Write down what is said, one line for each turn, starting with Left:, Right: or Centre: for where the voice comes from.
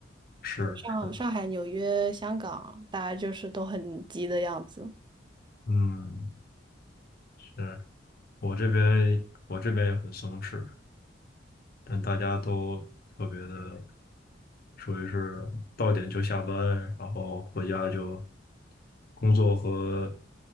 Left: 是是，
Right: 对上上海、纽约、香港，大家就是都很急的样子。
Left: 嗯，是我这边我这边也很松弛，但大家都特别的。属于是到点就下班，然后回家就工作和